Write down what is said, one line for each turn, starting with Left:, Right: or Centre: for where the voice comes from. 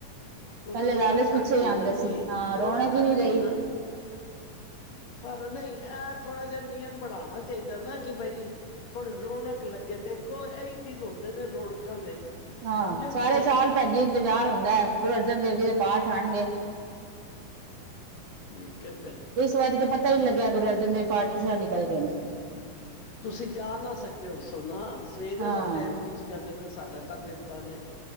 Left: ਮਤਲਬ
Right: ਪੈਲੇ ਲਾਲਚ
Left: ਰੌਣਕ
Right: ਪਿੱਛੇ
Left: ਘੱਟ ਗਈ
Right: ਹੀ ਆਂਦੇ
Left: ਨਾ ਜੀ
Right: ਸੀ ਹਾਂ
Left: ਰੌਣਕ
Right: ਰੋਣਕ ਈ
Left: ਘੱਟ
Right: ਨੀ
Left: ਗਈ
Right: ਰਈ।
Left: ਨਾ।
Right: ਹਮ। <inaudible>
Left: ਪਰ ਨਈ ਇਹ ਥੋੜਾ ਜਿਹਾ ਨਿਯਮ ਬਣਾਣਾ ਚਾਹੀਦੈ ਨਾ ਕਿ ਬਈ ਥੋੜੇ ਰੌਣਕ ਲੱਗੇ ਦੇਖੋ ਇਹੀ ਦਿਨ ਹੁੰਦੇ ਨੇ ਰੌਣਕਾਂ ਦੇ।
Right: ਹਾਂ
Left: ਸਮਝੋ
Right: ਸਾਰੇ
Left: ਕਿ ਨਹੀਂ
Right: ਸਾਲ ਭੈਣਜੀ ਇੰਤਜ਼ਾਰ ਹੁੰਦੈ, ਗੁਰੂ ਅਰਜਨ ਦੇਵ ਜੀ ਦੇ ਪਾਠ ਆਣਗੇ।
Left: ਠੀਕ ਐ।
Right: ਇਸ ਵਾਰੀ ਤੇ ਪਤਾ ਈ ਨੀ ਲੱਗਿਆ ਗੁਰੂ ਅਰਜਨ ਦੇਵ ਪਾਠ ਕਿਸਰ੍ਹਾਂ ਨਿਕਲ ਗਏ ਨੇ।
Left: ਤੁਸੀਂ ਜਾ ਨਾ ਸਕੇ ਹੋ ਸੋ ਨਾ ਸਵੇਰੇ
Right: ਹਾਂ
Left: ਦਾ ਟੈਮ ਤੁਸੀਂ ਕਹਿੰਦੇ ਪੇਓ ਸਾਡਾ ਕਰ ਦਿੱਤਾ ਨੇ।